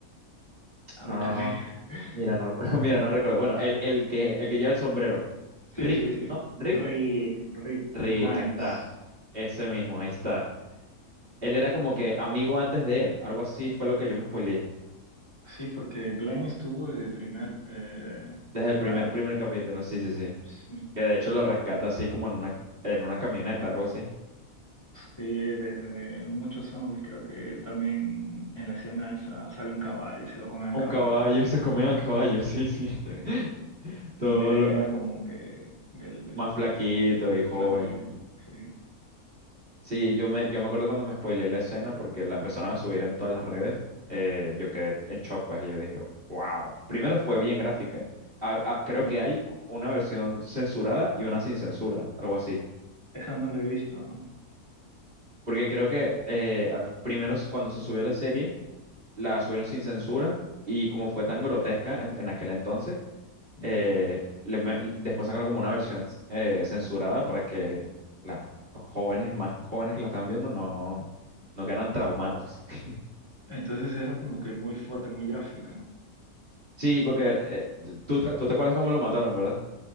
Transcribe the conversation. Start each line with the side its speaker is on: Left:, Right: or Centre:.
Left: a
Right: Ah,
Left: mí también. <laughs>
Right: mira, no, <laughs> mira, no recuerdo. Bueno, el, el que, el que lleva el sombrero. Rick,
Left: Sí, sí, sí.
Right: ¿no? Rick.
Left: Rick, Rick
Right: Rick,
Left: Grimes.
Right: ahí está. Ese mismo, ahí está. Él era como que
Left: Sí,
Right: amigo antes de él, algo así fue lo que yo me spoileé.
Left: Sí, porque Glenn estuvo desde el primer eh,
Right: Desde
Left: temporada.
Right: el primer, primer capítulo, sí, sí, sí.
Left: Sí,
Right: Que de hecho lo rescata así como en una, en una camioneta, algo así.
Left: Sí, de, de muchos zombies creo que también en la escena esa sale un caballo y se lo come al
Right: Un
Left: caballo.
Right: caballo, <laughs> y se comen
Left: Sí,
Right: al caballo, sí, sí.
Left: sí.
Right: <laughs> Todo
Left: Y Glenn
Right: lo-
Left: era como que el,
Right: más
Left: el,
Right: flaquito y joven.
Left: el flaquillo. Sí.
Right: Sí, yo me,
Left: Ujú,
Right: yo me acuerdo cuando me spoileé la escena porque la empezaron a subir en todas las redes. eh, yo quedé en shock, pues, y yo dije, wow. Primero fue bien gráfica. Ah, ah, creo
Left: Sí,
Right: que hay una versión censurada y una sin censura, algo así.
Left: eso no lo he visto, ¿no?
Right: Porque creo que eh, a- primero s- cuando se subió la serie, la
Left: ujú.
Right: subieron sin censura y como fue tan grotesca en, en aquel entonces,
Left: Mm.
Right: eh, le me- l- después sacaron como una versión s- eh, censurada para que la- los jóvenes, más jóvenes que la estaban viendo, no, no quedaran traumados. <laughs>
Left: Entonces era como que muy fuerte, muy gráfica.
Right: Sí, porque eh, t- tú, te tú te acuerdas cómo lo mataron, ¿verdad?